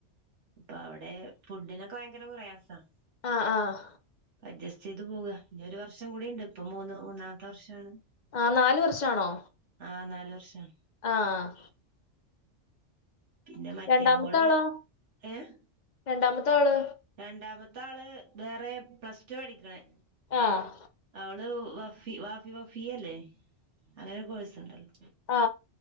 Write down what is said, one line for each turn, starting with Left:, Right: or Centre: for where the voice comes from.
Right: അപ്പൊ അവിടെ ഫുഡിനൊക്കെ ഭയങ്കര പ്രയാസമാണ്
Left: ആഹ് ആഹ്
Right: അഡ്ജസ്റ്റ് ചെയ്ത് പോവുക. ഇനി ഒരു വർഷം കൂടിയുണ്ട് ഇപ്പൊ മൂന്ന് മൂന്നാമത്തെ വർഷമാണ്
Left: ആഹ് നാല് വർഷാണോ?
Right: ആഹ് നാല് വർഷം.
Left: ആഹ്
Right: പിന്നെ മറ്റേ
Left: രണ്ടാമത്തെ
Right: മോള്
Left: ആളോ
Right: ഏഹ്
Left: രണ്ടാമത്തെ ആള്
Right: രണ്ടാമത്തെ ആള് വേറെ പ്ലസ് ടു പഠിക്കണേ
Left: ആഹ്
Right: അവള് ഹാഫ് വാഫി വഫീയ അല്ലേ അങ്ങനെ കോഴസ്ണ്ടല്ലോ
Left: ആ